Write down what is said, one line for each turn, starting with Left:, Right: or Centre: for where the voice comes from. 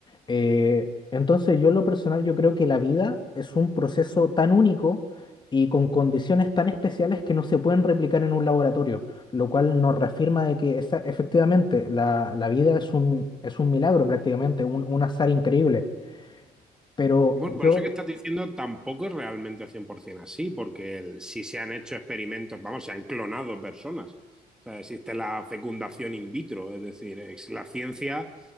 Left: eh, entonces yo en lo personal yo creo que la vida es un proceso tan único y con condiciones tan especiales que no se pueden replicar en un laboratorio, lo cual nos reafirma de que esa- efectivamente la, la vida es un, es un milagro prácticamente, un, un azar increíble. Pero
Centre: Bueno,
Left: yo
Centre: por eso que estás diciendo tampoco es realmente 100% así, porque el- si se han hecho experimentos, vamos, se han clonado personas. O sea, existe la fecundación in vitro, es decir, es- la ciencia